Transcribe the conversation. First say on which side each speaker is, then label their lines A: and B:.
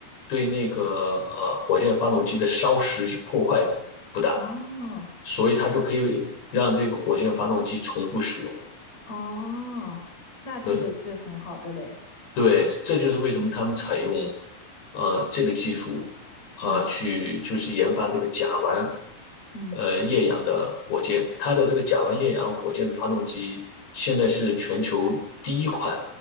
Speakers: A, on the left; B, on the left.
A: 对那个呃火箭发动机的烧蚀破坏不大，
B: 哦
A: 所以它就可以让这个火箭发动机重复使用。
B: 哦，那这个是很好的嘞。
A: 对，对，这就是为什么他们采用呃这个技术啊、
B: 嗯
A: 呃去就是研发这个甲烷
B: 嗯
A: 呃液氧的火箭。它的这个甲烷液氧火箭的发动机现在是全球第一款